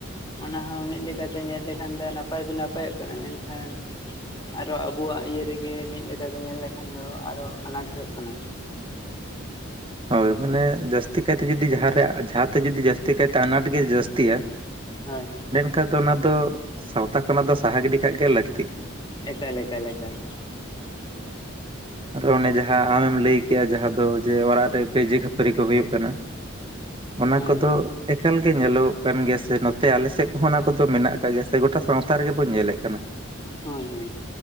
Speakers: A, on the left; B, on the right.
A: ᱚᱱᱟᱦᱚᱸ ᱢᱤᱫ ᱞᱮᱠᱟᱛᱮ ᱧᱮᱞ ᱞᱮᱠᱷᱟᱱ ᱫᱚ ᱱᱟᱯᱟᱭ ᱫᱚ ᱱᱟᱯᱟᱭᱚᱜ ᱠᱟᱱᱟ, ᱢᱮᱱᱠᱷᱟᱱ ᱟᱨᱚ ᱟᱵᱚᱣᱟᱜ ᱤᱭᱟᱹ ᱨᱮᱜᱮ ᱢᱤᱫ ᱞᱮᱠᱟᱛᱮ ᱧᱮᱞ ᱞᱮᱠᱷᱟᱱ ᱫᱚ ᱟᱨᱚ ᱟᱱᱟᱴ ᱦᱩᱭᱩᱜ ᱠᱟᱱᱟ᱾
B: ᱦᱳᱭ ᱢᱟᱱᱮ ᱡᱟᱹᱥᱛᱤ ᱠᱟᱭᱛᱮ ᱡᱚᱫᱤ ᱡᱟᱦᱟᱸ ᱡᱟᱦᱟᱸᱛᱮ ᱡᱩᱫᱤ ᱡᱟᱹᱥᱛᱤ ᱠᱟᱭᱛᱮ ᱟᱱᱟᱴ ᱜᱮ ᱡᱟᱹᱥᱛᱤᱭᱟ ᱾
A: ᱦᱳᱭ ᱦᱳᱭ,
B: ᱠᱷᱟ ᱫᱚ ᱚᱱᱟ ᱫᱚ ᱥᱟᱶᱛᱟ ᱠᱷᱚᱱᱟᱜ ᱫᱚ ᱥᱟᱦᱟ ᱜᱤᱰᱤ ᱠᱷᱟᱱ ᱜᱮ ᱞᱟᱹᱠᱛᱤ᱾
A: ᱮᱠᱟᱞ ᱮᱠᱟᱞ ᱮᱠᱟᱞ,
B: ᱟᱨᱚ ᱚᱱᱮ ᱡᱟᱦᱟᱸ ᱟᱢᱮᱢ ᱞᱟᱹᱭ ᱠᱮᱜᱼᱟ, ᱡᱟᱦᱟᱸ ᱫᱚ ᱡᱮ ᱚᱲᱟᱜ ᱨᱮ ᱠᱟᱹᱭᱡᱟᱹ ᱠᱷᱟᱹᱯᱟᱹᱨᱤ ᱠᱚ ᱦᱩᱭᱩᱜ ᱠᱟᱱᱟ᱾ ᱚᱱᱟ
A: ᱦᱳᱭ
B: ᱠᱚᱫᱚ,
A: ᱦᱳᱭ
B: ᱮᱠᱟᱞ ᱜᱮ ᱧᱮᱞᱚᱜᱚᱜ ᱠᱟᱱ ᱜᱮᱭᱟ ᱥᱮ ᱱᱚᱛᱮ ᱟᱞᱮ ᱥᱮᱫ ᱠᱚᱦᱚᱸ ᱚᱱᱟ ᱠᱚᱫᱚ ᱢᱮᱱᱟᱜ ᱟᱠᱟᱜ ᱜᱮᱭᱟ ᱥᱮ ᱜᱚᱴᱟ ᱥᱟᱶᱛᱟ ᱨᱮᱜᱮ ᱵᱚᱱ ᱧᱮᱞᱮᱫ ᱠᱟᱱᱟ᱾
A: ᱦᱳᱭ ᱦᱳᱭ,